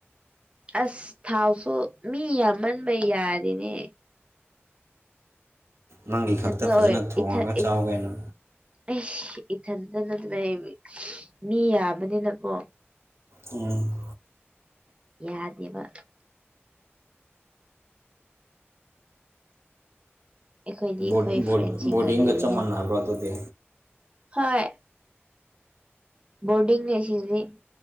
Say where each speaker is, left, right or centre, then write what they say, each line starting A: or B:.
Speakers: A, on the right; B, on the right.
A: ꯑꯁ ꯊꯥꯎꯁꯨ ꯃꯤ ꯌꯥꯝꯃꯟꯕꯩ ꯌꯥꯔꯤꯅꯦ
B: ꯅꯪꯒꯤ
A: ꯏꯊꯟꯗ
B: ꯈꯛꯇ ꯐꯖꯅ
A: ꯑꯣꯏ
B: ꯊꯣꯡꯉꯒ
A: ꯏꯊ ꯏ
B: ꯆꯥꯎ ꯀꯩꯅꯣ
A: ꯑꯩꯁ ꯏꯊꯟꯇꯅ ꯂꯩꯕꯩ ꯃꯤ ꯌꯥꯝꯕꯅꯤꯅꯀꯣ
B: ꯎꯝ
A: ꯌꯥꯗꯦꯕ ꯑꯩꯈꯣꯏꯗꯤ ꯑꯩꯈꯣꯏ
B: ꯕꫭꯠ ꯕꫭꯠ
A: ꯐ꯭ꯔꯦꯟꯁꯤꯡꯒ
B: ꯕꯣꯔꯗꯤꯡꯒ
A: ꯂꯩꯕꯅꯦ
B: ꯆꯞ ꯃꯥꯟꯅꯕ꯭ꯔꯣ ꯑꯗꯨꯗꯤ
A: ꯍꯣꯏ ꯕꯣꯔꯗꯤꯡꯅꯤ ꯑꯁꯤꯗꯤ